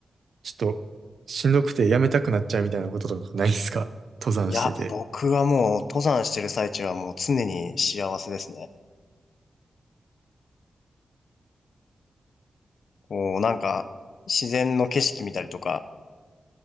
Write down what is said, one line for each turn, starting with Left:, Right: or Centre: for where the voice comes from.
Right: ちょっと、しんどくてやめたくなっちゃうみたいなこととかないですか登山してて。
Left: いや、僕はもう登山してる最中はもう常に幸せですね。こう、なんか、自然の景色見たりとか、